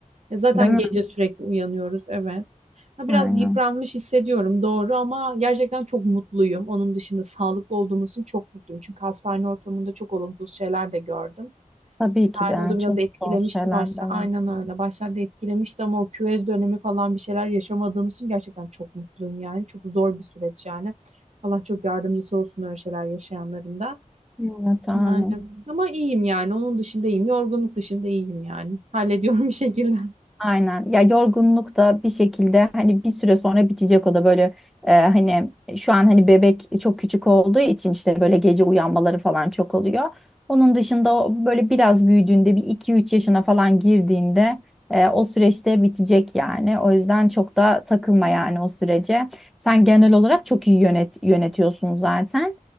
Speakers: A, on the right; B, in the centre.
A: Ya zaten
B: Değil mi?
A: gece sürekli uyanıyoruz evet. Ha,
B: Aynen.
A: biraz yıpranmış hissediyorum doğru ama gerçekten çok mutluyum. Onun dışında sağlıklı olduğumuz için çok mutluyum. Çünkü hastane ortamında çok olumsuz şeyler de gördüm.
B: Tabii ki
A: Yani
B: de yani
A: o da biraz
B: çok
A: etkilemişti
B: zor şeyler
A: başta.
B: de var.
A: Aynen öyle. Başlarda etkilemişti ama o küvez dönemi falan bir şeyler yaşamadığımız için gerçekten çok mutluyum yani. Çok zor bir süreç yani. Allah çok yardımcısı olsun öyle şeyler yaşayanların da.
B: Evet, amin.
A: Yani ama iyiyim yani. Onun dışında iyiyim. Yorgunluk dışında iyiyim yani. Hallediyorum bir şekilde.
B: Aynen. Ya yorgunluk da bir şekilde hani bir süre sonra bitecek o da böyle e, hani şu an hani bebek çok küçük olduğu için işte böyle gece uyanmaları falan çok oluyor. Onun dışında o böyle biraz büyüdüğünde bir iki üç yaşına falan girdiğinde e, o süreçte bitecek yani. O yüzden çok da takılma yani o sürece. Sen genel olarak çok iyi yönet yönetiyorsun zaten.